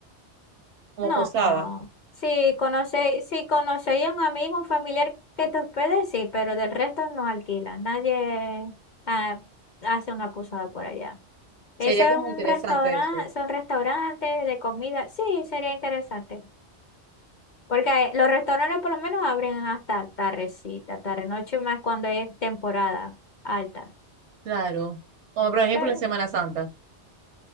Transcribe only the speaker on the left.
no.
Si conocéis, si conocéis a un amigo, un familiar que te hospede, sí, pero del resto no alquilan. Nadie ah, hace una posada por allá.
Ese
es un
restaurante,
son restaurantes de comida. Sí, sería interesante. Porque los restaurantes por lo menos abren hasta tardecita, tarde noche más cuando es temporada alta.
Pero